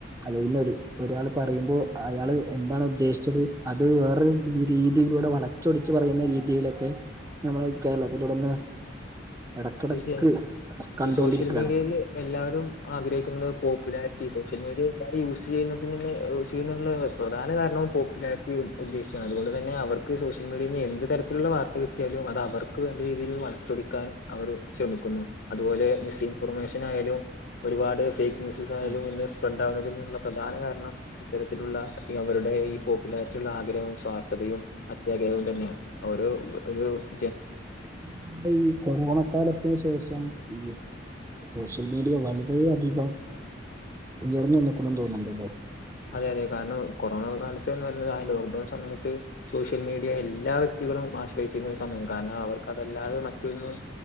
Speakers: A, on the right; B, on the left.
A: അതെ പിന്നെ ഒരു ഒരാൾ, പറയുമ്പോ അയാള് എന്താണ് ഉദ്ദേശിച്ചത്. അത് വേറെ രീതിയിലൂടെ- വളച്ചൊടിച്ച് പറയുന്ന- രീതിയിലൊക്കെ- നമ്മള കേരളത്തി തുടന്ന്- ഇടക്കിടക്ക്,
B: തീർച്ചയായും
A: കണ്ടുകൊണ്ടിരിക്കുകയാണ്
B: ഈ സോഷ്യൽ മീഡിയല്- എല്ലാവരും ആഗ്രഹിക്കുന്നത്- പോപ്പുലാരിറ്റി, സോഷ്യൽ മീഡിയ, എല്ലാവരും യൂസ് ചെയ്യുന്നതിന് തന്നെ യൂസ് ചെയ്യുന്നുള്ള, പ്രധാന കാരണവും പോപ്പുലാരിറ്റി ഉദ്ദേശിച്ചമാണ് അതുകൊണ്ട് തന്നെ അവർക്ക് സോഷ്യൽ- മീഡിയയിൽന്ന് എന്ത് തരത്തിലുള്ള വാർത്ത കിട്ടും. പയാലും അത് അവർക്ക് വേണ്ട- രീതിയിൽ വളച്ചൊടിക്കാൻ, അവർ ശ്രമിക്കുന്നു അതുപോലെ മിസ്ഇൻഫോർമേഷൻ ആയാലും ഒരുപാട് ഫേക്ക്. ന്യൂസസ് ആയാലും
A: ഉം.
B: ഇന്ന് സ്പ്രെഡ് ആവുന്നതിനുള്ള പ്രധാന കാരണം. ഇത്തരത്തിലുള്ള അവരുടെ ഈ പോപ്പുലാരിറ്റി ഉുള്ള ആഗ്രഹവും, സ്വാർത്ഥതയും അത്യാഗ്രഹവും, തന്നെയാണ്. ഒരു ഒരു ദിവസം.
A: നമ്മുടെ ഈ കൊറോണക്കാലത്തിന് ശേഷം ഈ- സോഷ്യൽ മീഡിയ വളരെയധികം ഉയർന്നു നിന്നക്കണെന്ന് തോന്നണ്ടല്ലേ.
B: അതെ അതെ കാരണം കൊറോണ കാലത്ത്ന്ന് പറയുന്നത്, ലോക്ക്ഡൗൺ സമയത്ത്- സോഷ്യൽ മീഡിയ എല്ലാ വ്യക്തികളും ആശ്രയിച്ചിരുന്ന ഒരു, സമയമാണ് കാരണം അവർക്ക്, അതല്ലാതെ മറ്റൊന്ന്-